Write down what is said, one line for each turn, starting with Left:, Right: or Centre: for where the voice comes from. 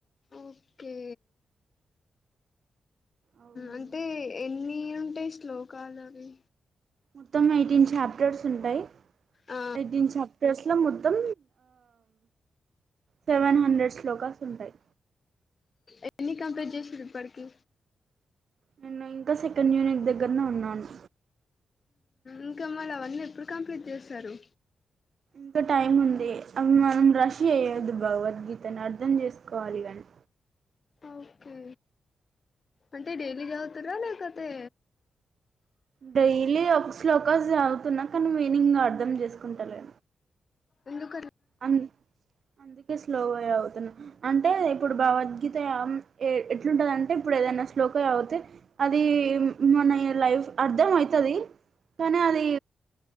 Left: ఓకే
Right: అవును
Left: అంటే ఎన్ని ఏ అంటే శ్లోకాల అవి
Right: మొత్తం ఎయిటీన్ చాప్టర్స్ ఉంటాయి
Left: ఆ
Right: <unintelligible> మొత్తం సెవెన్ హండ్రెడ్ స్ లోకాస్ ఉంటాయి
Left: ఎన్ని కంప్ట్ చేసారు ఇప్పటికి
Right: నేను ఇంకా సెకండ్ యూనిట్ దగ్గరనే ఉన్నాను
Left: ఇంకా మళ్ళ అవన్నీ ఎప్పుడు కంప్లీట్ చేస్తారు
Right: ఇంకా టైం ఉంది అవి మనం రష్ చేయద్ భగవద్గీతను అర్థం చేసుకోవాలి కాని
Left: ఓకే అంటే డైలీ చవుతారా లేకతే
Right: డైలీ ఒక శ్లోకాస్ సాగుతున్నా కానీ మీనింగ్ అర్ధం చేసుకుంటలే
Left: ఎందుకుక
Right: అ అందుకే స్లోగా అవుతున్నా అంటే ఇప్పుడు భగవద్గీత ఎట్లుంటదింటే ఇప్పుడు ఏదైనా స్లోగా అవుతే అది మన లైఫ్ అర్థం అవుతుది కానీ అది